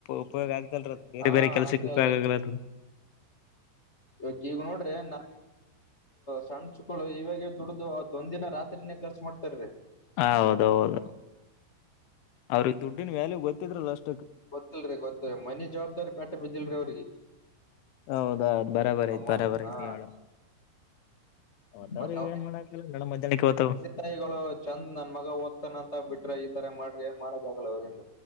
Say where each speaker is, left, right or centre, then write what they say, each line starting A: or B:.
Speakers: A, on the left (about 80°); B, on the left (about 20°).
A: ಉಪಯೋಗ ಆಗ್ತಲ್ರ ಅದು ಬೇರೆ
B: ಹಾ
A: ಬೇರೆ ಕೆಲಸಕ್ಕೆ
B: ಆಗ್ತಾ
A: ಉಪಯೋಗ
B: ಇಲ್ರಿ
A: ಆಗ್ಲ
B: ಇವಕ್ ಈಗ ನೋಡ್ರಿ ನನ್ನ ಸಣ್ಚುಕಳು ಇವಾಗೆ ದುಡ್ಡು ಅವತ್ ಒಂದ ದಿನ ರಾತ್ರಿನೇ ಖರ್ಚು ಮಾಡ್ತಾರೀ.
A: ಹ ಹೌದೌದು ಅವ್ರಿಗೆ ದುಡ್ಡಿನ ವ್ಯಾಲ್ಯೂ ಗೊತ್ತಿದ್ರಲ್ಲಷ್ಟ.
B: ಗೊತ್ತಿಲ್ರಿ ಗೊತ್ತಲ್ರಿ ಮನಿ ಜವಾಬ್ದಾರಿ ಪೇಟ್ಟ ಬಿದ್ದಿಲ್ರಿ ಅವ್ರಿಗೆ.
A: ಹೌದಾ ಬರೋಬರಿ ಆಯ್ತಿ
B: ಮತ್
A: ಬರೋಬರಿ
B: ಹಾ
A: ಆಯ್ತಿ ಎಲ್ಲಾ. ಮತ್ತ
B: ಮತ್
A: ಅವ್ರಿಗೆ
B: ಅವ್ರ
A: ಏನ್ ಮಾಡಾಕಿಲ್ಲ ನಡ ಮಧ್ಯಾಹ್ನಕ ಹೋಗ್ತವ.
B: ತಂದೆ ತಾಯಿಗಳು ಚಂದ್ ನನ್ ಮಗ ಓದ್ತನ ಅಂತ ಬಿಟ್ರ ಈ ತರ ಮಾಡ್ರಿ ಮಾಡೋದಾಗಲ್ಲ ಅವ್ರಿಂದ.